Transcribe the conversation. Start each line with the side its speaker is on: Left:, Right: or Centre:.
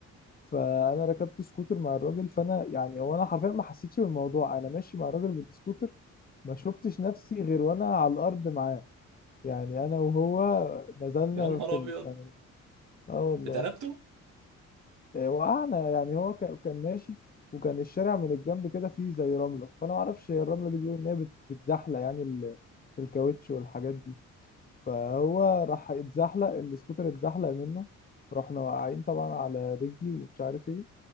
Left: فأنا ركبت سكوتر مع الراجل فأنا يعني هو أنا حرفيا ما حسيتش بالموضوع أنا ماشي مع الراجل بالسكوتر ما شفتش نفسي غير وأنا على الأرض معاه يعني أنا وهو نزلنا
Right: يا نهار
Left: في ال...
Right: ابيض
Left: كان آه والله
Right: اتقلبتوا
Left: آه، وقعنا يعني هو كان كان ماشي وكان الشارع من الجنب كده فيه زي رملة فأنا ما أعرفش هي الرملة دي بيقولوا إن هي بت- بتزحلق يعني ال- الكاوتش والحاجات دي فهو راح اتزحلق السكوتر اتزحلق منه رحنا واقعين طبعا على رجلي ومش عارف ايه